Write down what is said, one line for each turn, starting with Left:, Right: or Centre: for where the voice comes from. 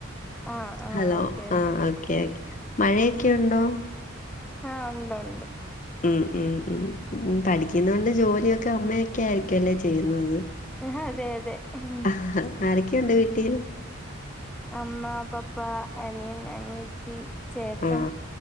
Centre: ആ ആ
Left: ഹലോ
Centre: ഓക്കെ
Left: ആ ഓക്കെ ക്കെ മഴയൊക്കെണ്ടോ
Centre: ആ ഉണ്ട്ണ്ട്
Left: ഉം ഉം ഉം പഠിക്കുന്ന കൊണ്ട് ജോലിയൊക്കെ അമ്മയൊക്കെ ആയിരിക്കുല്ലേ ചെയ്യുന്നത്
Centre: <unintelligible> അതെ അതെ ഉം.
Left: ആഹാ ആരൊക്കെയുണ്ട് വിട്ടീല്
Centre: അമ്മ പപ്പാ അനിയൻ അനിയത്തി ചേട്ടൻ
Left: ആ